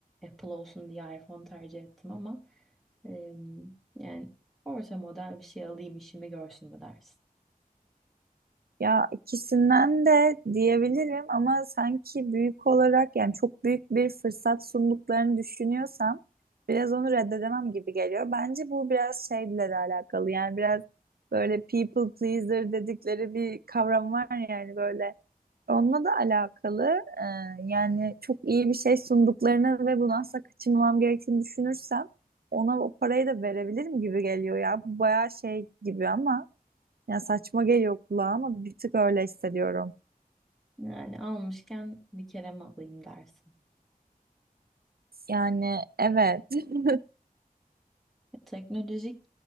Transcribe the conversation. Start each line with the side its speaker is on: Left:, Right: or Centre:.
Centre: Apple olsun diye iPhone tercih ettim ama em, yani orta model bir şey alayım işimi görsün mü dersin?
Right: Ya ikisinden de diyebilirim ama sanki büyük olarak yani çok büyük bir fırsat sunduklarını düşünüyorsam biraz onu reddedemem gibi geliyor. Bence bu biraz şeyle de alakalı yani biraz böyle people pleaser dedikleri bir kavram var yani böyle onunla da alakalı. Ee, yani çok iyi bir şey sunduklarını ve bunu asla kaçırmamam gerektiğini düşünürsem ona o parayı da verebilirim gibi geliyor ya. Bu bayağı şey gibi ama. Yani saçma geliyor kulağa ama bir tık öyle hissediyorum.
Centre: Yani almışken bir kere mi alayım dersin.
Right: Yani evet. <laughs>
Centre: E, Teknolojik